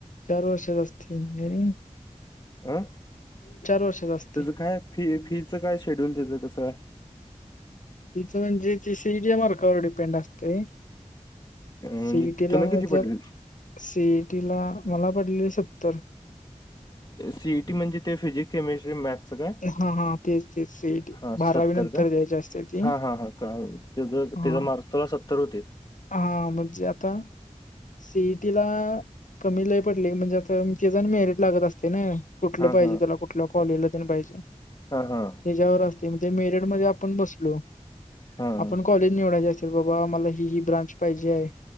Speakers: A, on the left (about 85°); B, on the left (about 35°).
A: चार वर्षांचं असतय इंजीनियरिंग.
B: अं
A: वर्षात असते
B: त्याचं काय फी फीच काय शेड्यूल त्याचं कसं काय?
A: फिच म्हणजे ते सीईटीच्या मार्कावर डिपें डिपेंड असतय,
B: म्हणजे
A: सिईटीला
B: तुला किती पडले
A: जर सीईटीला, मला पडलेले सत्तर.
B: सीईटी म्हणजे ते फिजिक्स केमिस्ट्री मॅथ स काय,
A: हा हा तेच तेच सीईटी
B: हा
A: बारावी
B: सत्तर
A: नंतर
B: काय,
A: द्यायची असते ती
B: हा हा हा कळालं. त्यज
A: हा
B: त्यज मार्च तला सत्तर होते.
A: हा म्हणजे आता सीईटी ला कमी लय पडलय, म्हणजे आता आमच पण मेरिट लागत असतय नाई. कुठलं
B: हा
A: पायजे
B: हा
A: त्याला, कुठलं कॉलेजला तेन पायजे.
B: हा हा.
A: त्यज्यावर असतय, म् ते मेरट मध्ये आपण बसलो,
B: हा
A: आपण कॉलेज निवडायचे असत्यात बाबा, मला ही ही ब्रांच पायजेय.